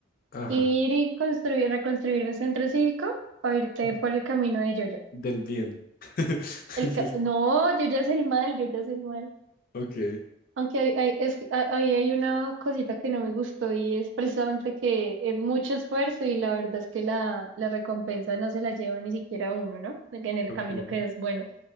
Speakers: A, on the left (about 45°); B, on the right (about 70°).
A: Ajá,
B: Ir y construir, reconstruir el centro cívico o irte
A: Mm,
B: por el camino de Yoya.
A: del bien. <laughs>
B: El ca- no, Yoya es el mal, Yoya es el mal.
A: Ok,
B: Aunque hay, hay- es, que a- ahí hay una cosita que no me gustó y es precisamente que es mucho esfuerzo y la verdad es que la, la recompensa no se la lleva ni siquiera uno, ¿no? En el
A: Okay.
B: camino que es bueno.